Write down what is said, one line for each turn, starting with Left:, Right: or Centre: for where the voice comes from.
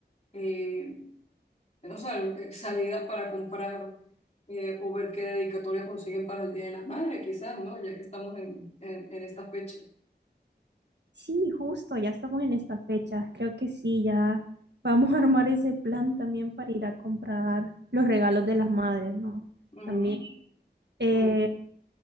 Left: eh, no sé sea, eh, salidas para comprar eh, o ver qué dedicatoria consiguen para el Día de la Madre, quizás, ¿no? Ya que estamos en, en, en esta fecha.
Right: Sí, justo, ya estamos en esta fecha. Creo que sí, ya vamos a armar ese plan también para ir a comprar los regalos de las madres, ¿no?
Left: Ujú,
Right: También eh,
Left: mm.